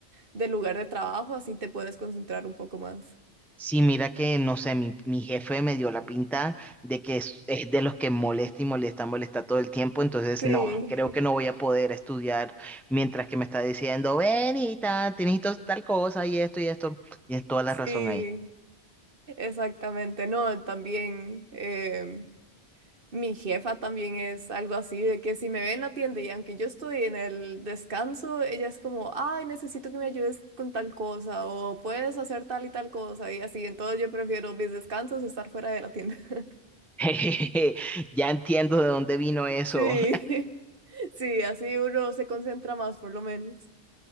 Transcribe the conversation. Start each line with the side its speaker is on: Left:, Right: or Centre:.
Right: del lugar de trabajo, así te puedes concentrar un poco más.
Centre: Sí, mira que, no sé, mi, mi jefe me dio la pinta de que es, es de los que molesta y molesta, molesta todo el tiempo, entonces
Right: Sí,
Centre: no, creo que no voy a poder estudiar mientras que me está diciendo, Benita, tienes to- tal cosa y esto y esto. Tienes toda
Right: <laughs>
Centre: la razón
Right: sí,
Centre: ahí.
Right: exactamente. No, también. em, Mi jefa también es algo así, de que si me ve en la tienda y aunque yo estoy en el descanso, ella es como, ay, necesito que me ayudes con tal cosa o puedes hacer tal y tal cosa y así. Entonces yo prefiero mis descansos estar fuera de la tienda. <laughs>
Centre: <laughs> Ya entiendo de dónde vino eso.
Right: Sí, <laughs> sí, así uno se concentra más por lo menos.